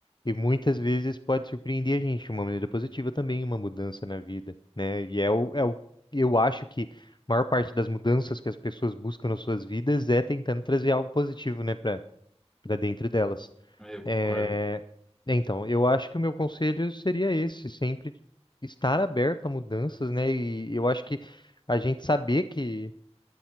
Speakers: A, on the left; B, in the centre.
A: e muitas vezes pode surpreender a gente de uma maneira positiva também, uma mudança na vida, né? E é o, é o, eu acho que a maior parte das mudanças que as pessoas buscam nas suas vidas é tentando trazer algo positivo, né, para para dentro delas.
B: É, Eu concordo.
A: É, então, eu acho que o meu conselho seria esse, sempre estar aberto a mudanças, né? E eu acho que a gente saber que